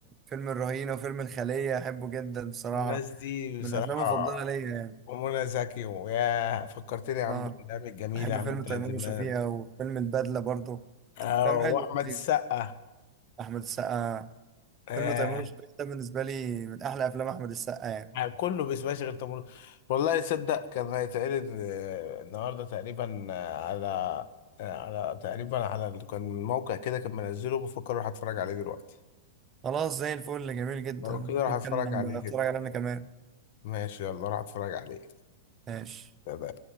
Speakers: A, on the right (about 25°); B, on the left (about 45°).
A: فيلم الرهينة وفيلم الخلية أحبه جدا بصراحة
B: الناس دي بصراحة
A: من الأفلام المفضلة ليا يعني
B: ومنى زكي ويا فكرتني يا عم
A: أه
B: بالأيام الجميلة
A: أحب
B: يا عم
A: فيلم
B: بتاعت
A: تيمور
B: زمان
A: وشفيقة وفيلم البدلة برضه
B: آه،
A: أفلام حلو
B: وأحمد
A: ولذيذ
B: السقا
A: أحمد السقا
B: آه،
A: فيلم تيمور وشفيقة ده بالنسبة لي من أحلى أفلام أحمد السقا يعني
B: يعني كله بيسمعش غير تمر والله تصدق كان هيتعرض آه، النهارده تقريبا آه، على آه، على تقريبا على ال- كان موقع كده كان منزله بفكر اروح اتفرج عليه دلوقتي
A: خلاص زي الفل جميل جدا
B: لو كده راح
A: ممكن
B: اتفرج
A: أبقى
B: عليه
A: أتفرج
B: كده
A: عليه أنا كمان
B: ماشي يلا راح اتفرج عليه
A: ماشي
B: سلام.